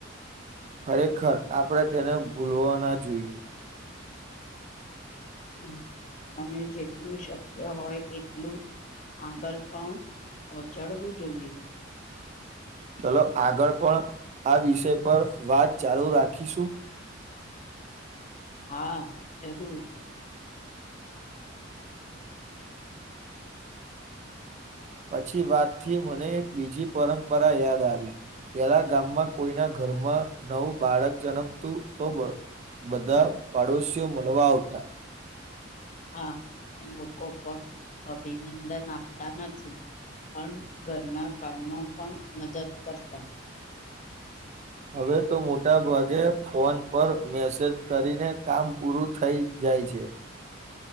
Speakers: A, on the right (about 35°); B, on the left (about 40°).
A: ખરેખર આપણે તેને ભૂલવા ના જોઈએ
B: હ અને જેટલું શક્ય હોય એટલું આગળ પણ પહોંચાડવું જોઈએ
A: ચલો આગળ પણ આ વિષય પર વાત ચાલુ રાખીશું
B: હા જરૂર
A: પછી વાતથી મને એક બીજી પરંપરા યાદ આવી પેલા ગામમાં કોઈના ઘરમાં નવું બાળક જન્મતું તો બ બધા પાડોશીઓ મળવા આવતા
B: હા લોકો ફક્ત અભિનંદન આપતા નથી અ ઘરના કામમાં પણ મદદ કરતા <inaudible>
A: હવે તો મોટા ભાગે ફોન પર મેસેજ કરીને કામ પૂરું થઈ જાય છે જ